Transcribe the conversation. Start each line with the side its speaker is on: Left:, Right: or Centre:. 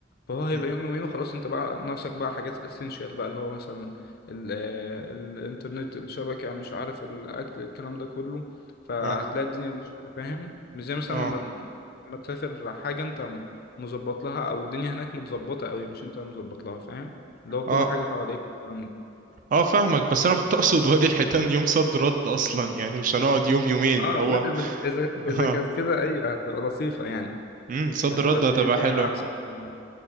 Left: فهو هيبقى
Right: مم،
Left: يوم يومين وخلاص انت بقى ناقصك بقى حاجات الاسينشال بقى اللي هو مثلا ال آه، الانترنت الشبكة مش عارف الاكل الكلام ده كله فهتلاقي
Right: اه
Left: الدنيا مش فاهم مش زي مثلا
Right: اه
Left: لما لما تسافر حاجة انت م- مظبط لها او الدنيا هناك متظبطة قوي مش انت مظبط لها فاهم اللي هو كل
Right: اه
Left: حاجة حواليك والكلام ده
Right: اه فاهمك بس أنا كنت أقصد وادي الحيتان يوم صد رد أصلا يعني مش هنقعد يوم يومين
Left: اه
Right: ده هو
Left: لا اذا اذا
Right: <laughs>
Left: اذا كانت كده ايوه هتبقى لطيفة يعني
Right: امم صد
Left: هتبقى
Right: رد
Left: الدنيا
Right: هتبقى
Left: فيها
Right: حلوة
Left: احسن